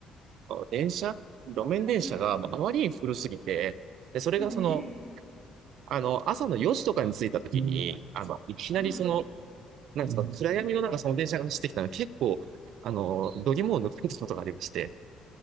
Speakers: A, on the right; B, on the right.
A: 電車路面電車がもうあまりに古すぎて、
B: えはい、
A: で、それがその、
B: はい、
A: あの、朝の4時とかに着いた時に、あの、いきなりその、
B: <laughs> はい、
A: なんですか、暗闇の中その電車が走ってきたので、結構、あの、度肝を抜くことがありまして、